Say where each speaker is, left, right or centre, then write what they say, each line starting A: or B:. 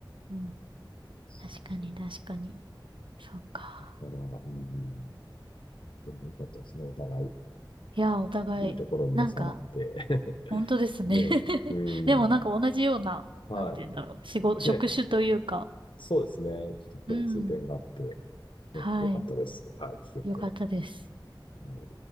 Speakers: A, on the right; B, on the left.
A: うん。
B: そうそう
A: 確かに、確かに。そっか。
B: だから、うん、でも良かったですね。お互い、
A: いや、お互い、
B: いいところに収まって
A: なんか、本当ですね。
B: <laughs> で、
A: <laughs>
B: うん、
A: でもなんか同じような、
B: は
A: なんて言うんだろう。仕事、
B: い。
A: 職種というか。
B: で、そうですね。ちょっと共通点があって、
A: うん。
B: ね、
A: はい。
B: 良かったです。はい、聞けて。
A: よかったです。
B: はい